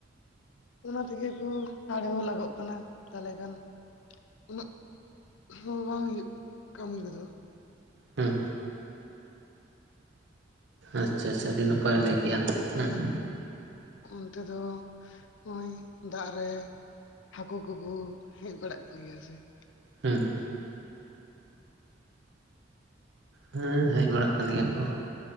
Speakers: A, on the left; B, on the right.
A: ᱚᱱᱟ ᱛᱮᱜᱮ ᱠᱚ ᱟᱲᱮ ᱦᱚᱸ ᱞᱟᱜᱚᱜ ᱠᱟᱱᱟ ᱛᱟᱞᱦᱮ ᱠᱷᱟᱱ ᱩᱱᱟᱹᱜ ᱾ ᱦᱚᱸ ᱠᱟᱹᱢᱤ ᱠᱚᱫᱚ ᱾
B: ᱦᱩᱸ, ᱟᱪᱪᱷᱟ ᱟᱪᱪᱷᱟ ᱟᱹᱰᱤ ᱱᱟᱯᱟᱭ ᱞᱟᱹᱭ ᱠᱮᱜ-ᱟ
A: ᱛᱟᱦᱚᱞᱮ
B: ᱦᱮᱸ ᱾
A: ᱚᱱᱛᱮ ᱫᱚ ᱚᱭ ᱫᱟᱜ ᱨᱮ ᱾ ᱦᱟᱹᱠᱩ ᱠᱚᱠᱚ ᱦᱮᱡ ᱵᱟᱲᱟᱜ ᱠᱟᱱ ᱜᱮᱭᱟ ᱥᱮ ᱾
B: ᱦᱩᱸ, ᱦᱮᱸ ᱦᱮᱡ ᱵᱟᱲᱟᱜ ᱠᱟᱱ ᱜᱮᱭᱟ ᱠᱚ